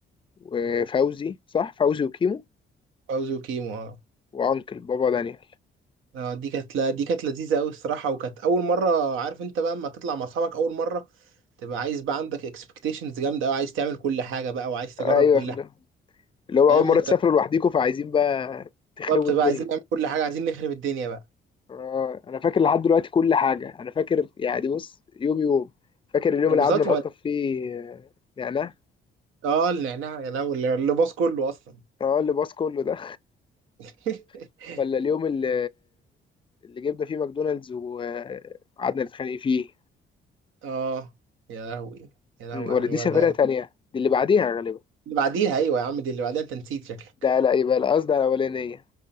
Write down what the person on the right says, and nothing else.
فوزي وكيمو اه
آه، دي كانت لا دي كانت لذيذه قوي الصراحه وكانت اول مره عارف انت بقى اما تطلع مع اصحابك اول مره تبقى عايز بقى عندك اكسبكتيشنز جامده قوي عايز تعمل كل حاجه بقى وعايز تجرب
كل
حاجه
فاهم
انت
بالظبط
بقى عايزين نعمل كل حاجه عايزين نخرب الدنيا بقى
لا
بالظبط
ما-
اه النعناع يا لهوي اللي اللي باظ كله اصلا
<laughs>
اه يا لهوي يا لهوي
على
ما
ده
اللي بعديها ايوه يا عم دي اللي بعديها انت نسيت شكلك